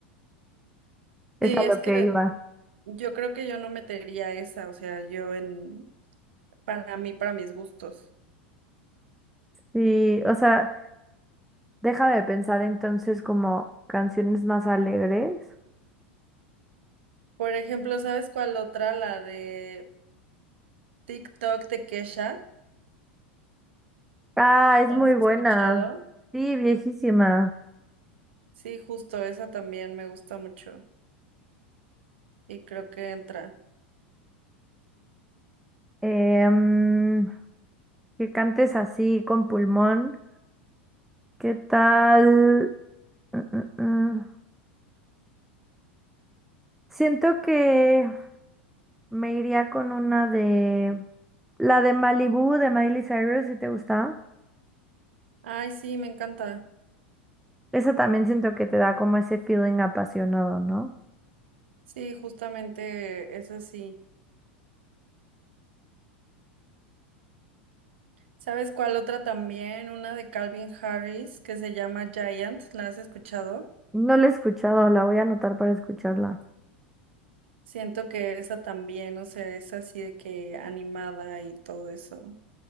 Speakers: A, in the centre; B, on the right.
A: Es
B: Sí,
A: a lo
B: es que
A: que iba.
B: yo creo que yo no metería esa, o sea, yo en, para mí, para mis gustos.
A: Sí, o sea, deja de pensar entonces como canciones más alegres.
B: Por ejemplo, ¿sabes cuál otra? La de TikTok de Kesha.
A: Ah, es
B: ¿La
A: muy
B: ¿Has
A: buena.
B: escuchado?
A: Sí, viejísima.
B: Sí, justo esa también me gusta mucho y creo que entra.
A: Em, que cantes así con pulmón. ¿Qué tal? Mm, mm, mm. Siento que me iría con una de... La de Malibu de Miley Cyrus, si te gusta.
B: Ay, sí, me encanta.
A: Esa también siento que te da como ese feeling apasionado, ¿no?
B: Sí, justamente esa sí. ¿Sabes cuál otra también? Una de Calvin Harris que se llama Giant, ¿la has escuchado?
A: No la he escuchado, la voy a anotar para escucharla.
B: Siento que esa también, o sea, es así de que animada y todo eso.